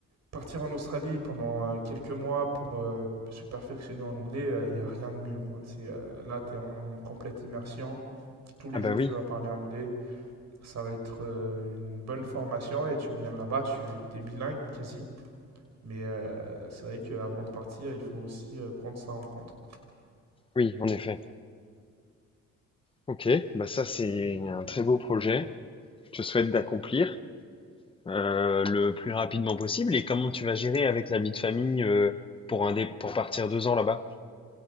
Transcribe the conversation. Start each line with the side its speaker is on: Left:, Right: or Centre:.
Right: partir en Australie pendant euh, quelques mois pour euh, se perfectionner en anglais, euh, il y a rien de mieux, quoi. C'est, euh, là, tu es en en complète immersion. Tous les
Left: ah
Right: jours,
Left: bah oui,
Right: tu vas parler anglais. Ça va être euh, une bonne formation et tu reviens de là-bas, tu es bilingue quasi. Mais euh, c'est vrai qu'avant de partir, il faut aussi euh, prendre ça en compte.
Left: oui, en effet. Ok, bah ça c'est un très beau projet. Je te souhaite d'accomplir euh, le plus rapidement possible. Et comment tu vas gérer avec la vie de famille euh, pour un dé- pour partir deux ans là-bas?